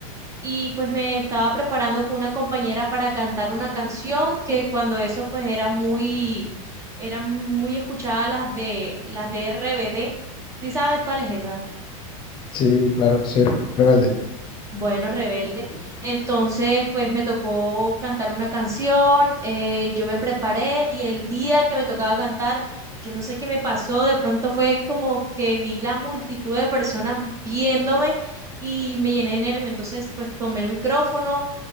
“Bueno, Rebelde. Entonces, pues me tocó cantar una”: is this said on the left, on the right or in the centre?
Right